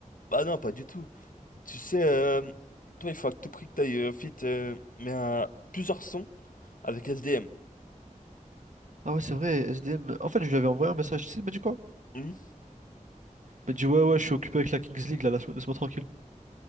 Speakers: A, on the left; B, on the right.
A: Bah non, pas du tout. Tu sais, euh, toi, il faut à tout prix que t'ailles euh, fit, euh, mais à plusieurs sons avec SDM.
B: Ah ouais, c'est vrai, S D M En fait, je lui avais envoyé un message. Tu sais, il m'a dit quoi?
A: Hmm
B: Il m'a dit, ouais, ouais, je suis occupé avec la Kings League, là, laisse- laisse-moi tranquille.